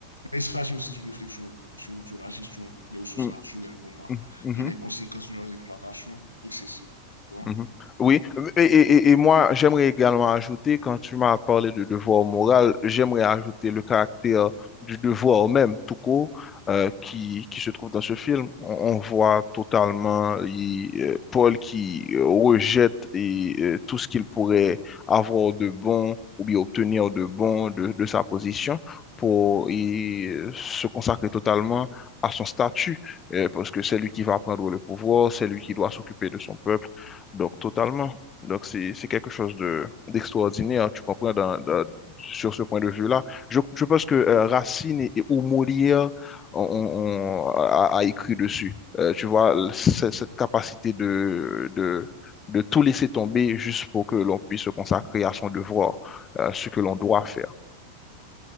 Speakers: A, on the left; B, on the left.
A: mais il s'agit aussi d'une réflexion sur, sur la gestion des ressources
B: Mhm,
A: naturelles pour moi
B: mhm, mhm.
A: et les conséquences de leur exploitation excessive. Tu vois?
B: Mhm. Oui, et, et- et moi, j'aimerais également ajouter, quand tu m'as parlé de devoir moral, j'aimerais ajouter le caractère du devoir même, tout court, euh, qui, qui se trouve dans ce film. On, on voit totalement il- euh, Paul qui euh, rejette et, euh, tout ce qu'il pourrait avoir de bon ou bien obtenir de bon de, de sa position pour y, euh, se consacrer totalement à son statut, euh, parce que c'est lui qui va prendre le pouvoir, c'est lui qui doit s'occuper de son peuple donc, totalement. Donc, c'est c'est quelque chose de d'extraordinaire, hein, tu comprends, dans- dans- sur ce point de vue-là. Je, je pense que euh, Racine et, et- ou Molière ont, ont- ont- a, a écrit dessus. Euh, tu vois, c'est- cette capacité de, de, de tout laisser tomber juste pour que l'on puisse se consacrer à son devoir, à ce que l'on doit faire.